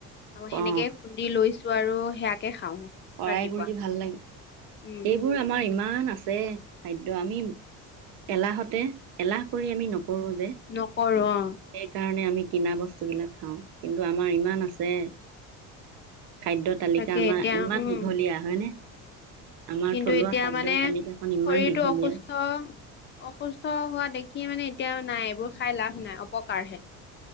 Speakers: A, on the left; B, on the right.
A: অ সেনেকে
B: অঁ
A: খুন্দি লৈছো। আৰু সেয়াকে খাওঁ।
B: কৰাই
A: ৰাতিপুৱা
B: গুৰিতো ভাল লাগে
A: উম
B: এইবোৰ আমাৰ ইমান আছে। খাদ্য আমি এলাহতে এলাহ কৰি আমি নকৰো যে।
A: নকৰো অ
B: সেইকাৰণে আমি কিনা বস্তুবিলাক খাওঁ কিন্তু আমাৰ ইমান আছে খাদ্যৰ তালিকা
A: তাকে
B: আমাৰ
A: এতিয়া
B: ইমান
A: উম
B: দীঘলীয়া হয়নে? আমাৰ
A: কিন্তু
B: থলুৱা
A: এতিয়া
B: খাদ্যৰ
A: মানে শৰীৰটো
B: তালিকাখন ইমান দীঘলীয়া
A: অসুস্থ, অসুস্থ হোৱা দেখি মানে এতিয়া নাই এইবোৰ খাই লাভ নাই উপকাৰহে।